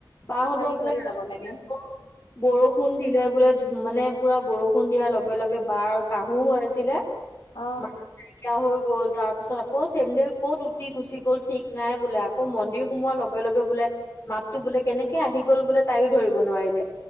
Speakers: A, on the left; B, on the left.
A: বাহঁতৰ
B: খালী
A: বোলে
B: ভৰি যাব লাগে।
A: আকৌ বৰষুণ দিলে বোলে মানে পুৰা বৰষুণ দিয়াৰ লগে লগে বাৰ কাহু হৈ আছিলে
B: অ
A: <inaudible> কাহ হৈ গ'ল, তাৰ পিছত আকৌ চেণ্ডেল ক'ত উটি গুচি গ'ল, ঠিক নাই বোলে আক কৌ মন্দিৰ সোমোৱাৰ লগে লগে বোলে মাততো বোলে কেনেকে আহি গ'ল বোলে তাইও ধৰিব নোৱাৰিলে।